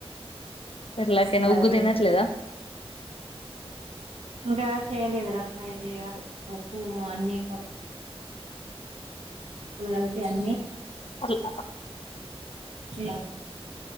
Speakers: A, on the left; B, on the right.
A: ఎట్లాకనా
B: సెర్లాక్
A: ఊగు
B: పెడుతున్న
A: తీనట్లేదా
B: ఇంకా చెయలేదు ఫ్రై చేయాలి ఉగ్గు అన్నిీ అప్పుడు కలిపి అన్నీ
A: అట్లా
B: చేయాలి